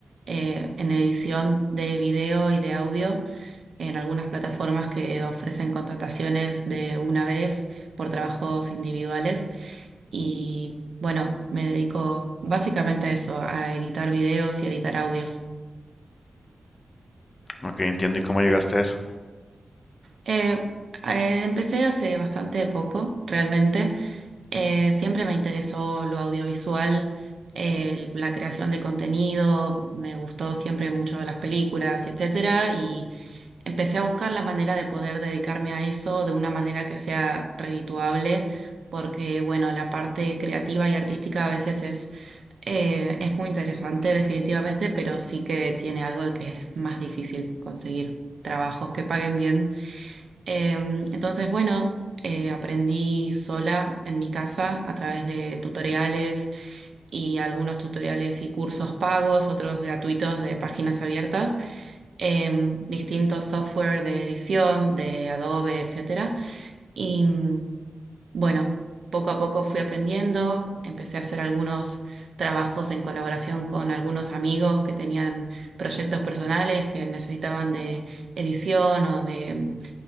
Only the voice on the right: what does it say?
eh, en edición de video y de audio, en algunas plataformas que ofrecen contrataciones de una vez por trabajos individuales. Y bueno, me dedico básicamente a eso, a editar videos y editar audios.
Eh, eh, empecé hace bastante poco, realmente. Eh, siempre me interesó lo audiovisual, el- la creación de contenido, me gustó siempre mucho las películas, etcétera, y empecé a buscar la manera de poder dedicarme a eso de una manera que sea redituable, porque bueno, la parte creativa y artística a veces es, eh, es muy interesante definitivamente, pero sí que tiene algo de que es más difícil conseguir trabajos que paguen bien Em, entonces, bueno, eh, aprendí sola en mi casa a través de tutoriales y algunos tutoriales y cursos pagos, otros gratuitos de páginas abiertas, em, distintos software de edición, de Adobe, etcétera. Y mm, bueno, poco a poco fui aprendiendo, empecé a hacer algunos trabajos en colaboración con algunos amigos que tenían proyectos personales que necesitaban de edición o de